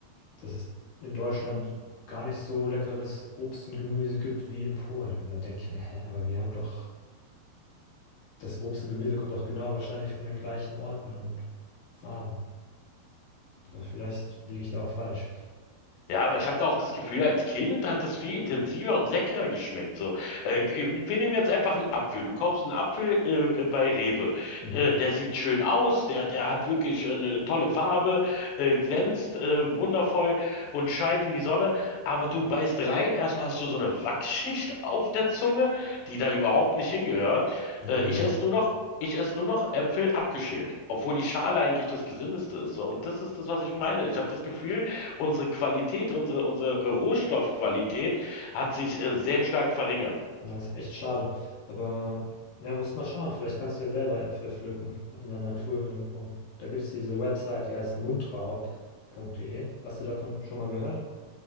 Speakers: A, on the left; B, on the left.
A: dass es in Deutschland gar nicht so leckeres Obst und Gemüse gibt wie in Polen. Und da denke ich mir, hä, aber wir haben doch das Obst und Gemüse kommt auch genau wahrscheinlich von den gleichen Orten und Farmen. Aber vielleicht liege ich da auch falsch.
B: Ja, aber ich habe da auch das Gefühl, als Kind hat es viel intensiver und leckerer geschmeckt. So, äh, wir nehmen jetzt einfach einen Apfel. Du kaufst einen Apfel äh, äh, bei Rewe.
A: Mhm.
B: Äh, der sieht schön aus, der, der hat wirklich eine tolle Farbe, äh, glänzt äh, wundervoll und scheint wie die Sonne. Aber du beißt rein, erstmal hast du so eine Wachsschicht auf der Zunge, die da überhaupt nicht hingehört.
A: Nee,
B: Äh,
A: überhaupt
B: ich esse
A: nicht.
B: nur noch Ich esse nur noch Äpfel abgeschält, obwohl die Schale eigentlich das Gesündeste ist. So. Und das ist das, was ich meine. Ich habe das Gefühl, unsere Qualität, unsere, unsere Rohstoffqualität hat sich äh, sehr stark verringert.
A: Na, ist echt schade. Aber ja, musst mal schauen. Vielleicht kannst du ja selber Äpfel pflücken in der Natur irgendwo. Da gibt es diese Website, die heißt mundraub.de. Hast du davon schon mal gehört?